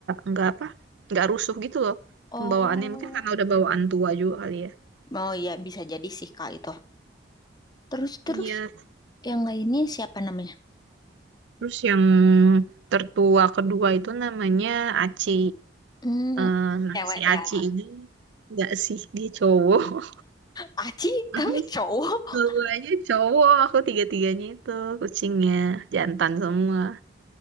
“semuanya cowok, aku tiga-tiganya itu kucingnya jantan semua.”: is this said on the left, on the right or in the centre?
Right